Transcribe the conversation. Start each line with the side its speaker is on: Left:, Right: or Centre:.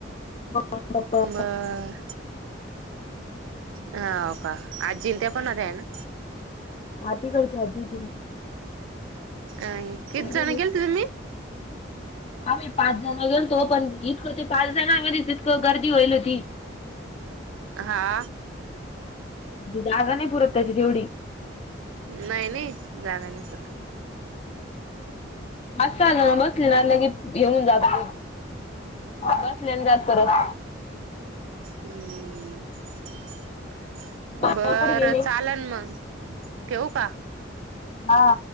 Left: मम्मी पप्पा
Right: बर, हाव का, आजींन त्या पण होत्या आहेन.
Left: आती कडची आजी होतीन.
Right: अग किती जण
Left: गेले
Right: गेलते तुम्ही?
Left: आम्ही पाच जण गेलतो. पण इतकं ते टाच जण आम्ही रिजिट गर्दी होईल होती.
Right: हा,
Left: जागा नाही पुरत त्याची तेवढी.
Right: नाही नाही जागा नाही पुरत.
Left: हसताना बसली ना लगेच घेऊन जात. बसलेना जात परत
Right: हम्म्म,
Left: मामा
Right: बरं,
Left: कुठे गेले
Right: चालन मग ठेवू का?
Left: हा,